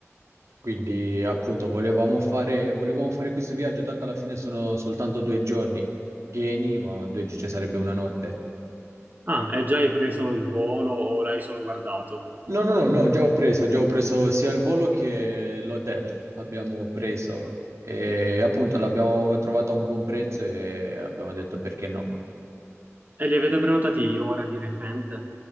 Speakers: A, on the right; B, on the right.
A: Quindi appunto volevamo fare, volevamo fare questo viaggio, tanto alla fine sono soltanto due giorni pieni, ma due, gi- ci sarebbe una notte.
B: Ah, e già hai preso il volo o l'hai solo guardato?
A: No, no, no, no, già ho preso, già ho preso sia il volo che l'hotel, abbiamo preso
B: Mm.
A: e appunto l'abbiamo trovato a un buon prezzo e abbiamo detto perché no.
B: E li avete prenotati ora di recente?